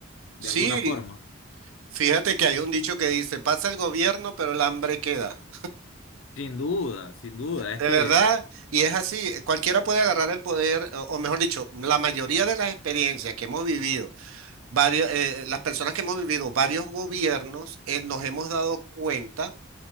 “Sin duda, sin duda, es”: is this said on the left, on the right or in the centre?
Left